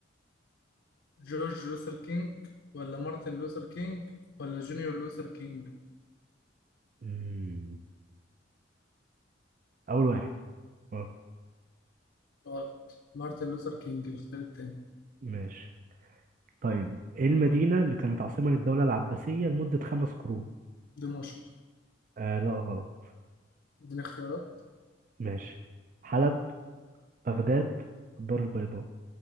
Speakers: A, on the left (about 75°); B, on the right (about 45°).
A: جورج لوثر كينج ولا مارتن لوثر كينج ولا جونيور لوثر كينج؟
B: مم. أول واحد آه،
A: غلط مارتن لوثر كينج الاختيار التاني
B: ماشي طيب ايه المدينة اللي كانت عاصمة للدولة العباسية لمدة خمس قرون؟
A: دمشق
B: آه لا غلط
A: اديني اختيارات
B: ماشي حلب بغداد الدار البيضاء